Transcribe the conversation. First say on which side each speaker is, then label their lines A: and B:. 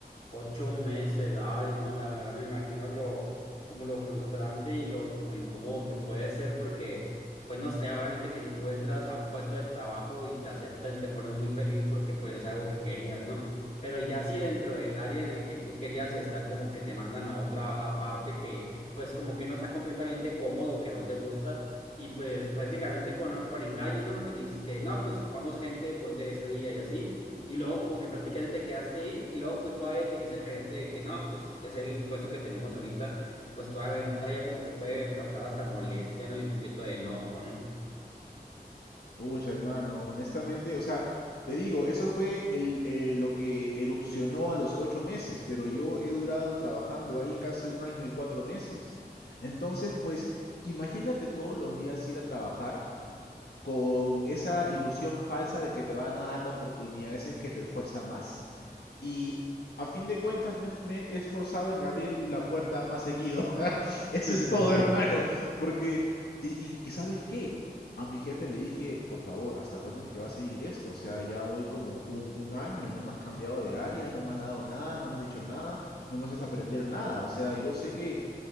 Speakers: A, on the left; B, on the left.
A: Ocho meses, ay, no, la verdad me imagino lo, como lo frustrante y lo como incómodo que puede ser porque, pues no sé, obviamente que si tú entras a un puesto de trabajo y te aceptan, te pones muy feliz porque pues es algo que querías, ¿no? Pero ya si dentro del área en el que tú querías estar, como que te mandan a otra aparte que, pues como que no está completamente cómodo, que no te gusta y pues prácticamente con, con engaños, ¿no? Porque me dices que no, pues ocupamos gente, ponte este día y así. Y luego como que prácticamente te quedaste ahí y luego pues todavía te dice el gerente de que no, pues es el puesto que tenemos ahorita, pues todavía, todavía como que puede causar hasta molestia, ¿no? Y un poquito de enojo, ¿no?
B: Pucha, hermano, honestamente, o sea, te digo, eso fue el, eh, lo que erupcionó a los ocho meses, pero yo he durado trabajando ahí casi un año y cuatro meses. Entonces, pues, imagínate todos los días ir a trabajar con esa ilusión falsa de que te van a dar la oportunidad, ese es que te esfuerza más. y a fin de cuentas me, me, he esforzado en abrir la puerta más seguido. <laughs>
A: <laughs>
B: Eso es todo, hermano. Porque, y, y, y, sabes qué? A mi jefe le dije, por favor, ¿hasta cuándo es que va a seguir esto? O sea, ya voy como un, un año y no me has cambiado de área, no me has dado nada, no me has dicho nada, no me haces aprender nada. O sea, yo sé que,